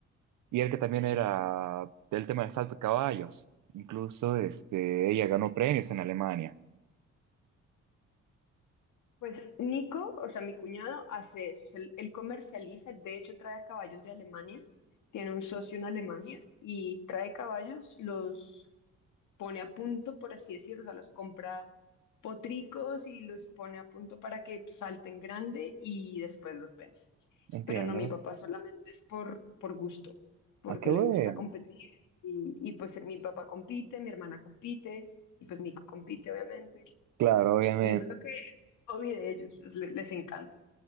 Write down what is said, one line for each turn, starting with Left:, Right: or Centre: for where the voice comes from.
Right: y él que también era del tema del salto de caballos. Incluso este, ella ganó premios en Alemania.
Left: Pues Nico, o sea, mi cuñado hace eso, o sea, él, él comercializa, de hecho trae caballos de Alemania, tiene un socio en Alemania y trae caballos, los pone a punto, por así decirlo, o sea, los compra potricos y los pone a punto para que salten grande y después los vende.
Right: Entiendo.
Left: Pero no, mi papá solamente es por, por gusto, porque
Right: Ah, qué bueno.
Left: le gusta competir y, y pues mi papá compite, mi hermana compite y pues Nico compite, obviamente.
Right: Claro, obviamente.
Left: Y eso es lo que es el hobby de ellos, es- le- les encanta.